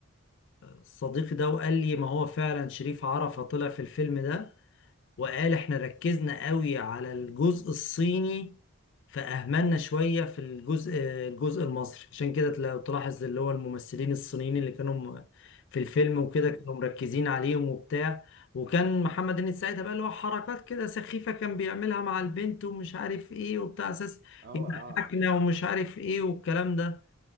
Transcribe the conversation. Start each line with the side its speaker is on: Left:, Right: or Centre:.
Left: صديقي ده وقال لي ما هو فعلا شريف عرفة طلع في الفيلم ده وقال احنا ركزنا قوي على الجزء الصيني فأهملنا شوية في الجزء الجزء المصري عشان كده لو تلاحظ اللي هو الممثلين الصينيين اللي كانوا م- في الفيلم وكده
Right: مم.
Left: كانوا مركزين عليهم وبتاع وكان محمد هنيدي ساعتها بقى اللي هو حركات كده سخيفة كان بيعملها مع البنت ومش عارف ايه وبتاع اساس
Right: اه
Left: يضحكنا
Right: اه
Left: ومش عارف ايه والكلام ده